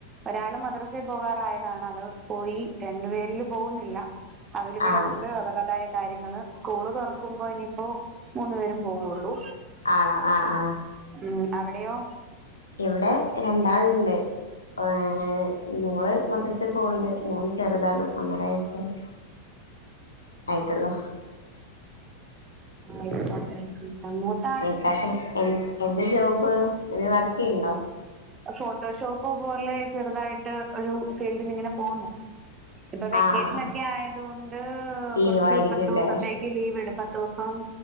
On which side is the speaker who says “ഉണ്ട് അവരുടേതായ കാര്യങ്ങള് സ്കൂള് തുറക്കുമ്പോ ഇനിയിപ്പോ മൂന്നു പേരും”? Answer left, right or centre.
Right